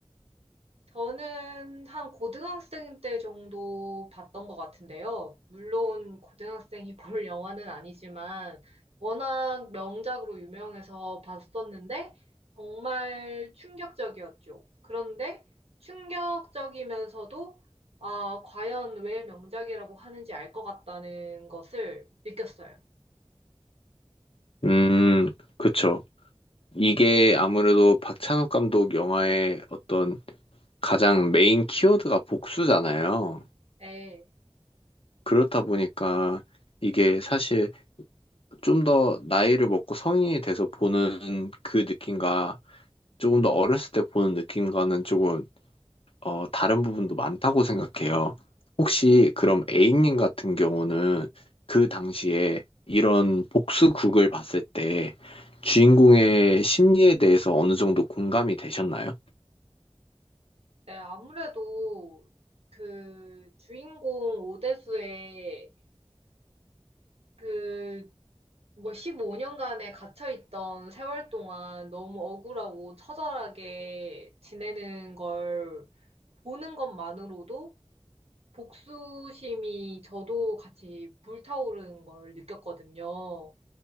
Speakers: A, on the right; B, on the left.
A: 저는 한 고등학생 때 정도 봤던 것 같은데요. 물론 고등학생이 <laughs> 볼 영화는 아니지만 워낙 명작으로 유명해서 봤었는데 정말 충격적이었죠. 그런데 충격적이면서도 아, 과연 왜 명작이라고 하는지 알 것 같다는 것을 느꼈어요.
B: 음, 그쵸. 이게 아무래도 박찬욱 감독 영화의 어떤 가장 메인 키워드가 복수잖아요.
A: 네,
B: 그렇다 보니까 이게 사실 좀 더 나이를 먹고 성인이 돼서 보는 그 느낌과 조금 더 어렸을 때 보는 느낌과는 조금 어, 다른 부분도 많다고 생각해요. 혹시 그럼 A님 같은 경우는 그 당시에 이런 복수극을 봤을 때 주인공의 심리에 대해서 어느 정도 공감이 되셨나요?
A: 네, 아무래도 그 주인공 오대수의 그 뭐 15년간에 갇혀있던 세월 동안 너무 억울하고 처절하게 지내는 걸 보는 것만으로도 복수심이 저도 같이 불타오르는 걸 느꼈거든요.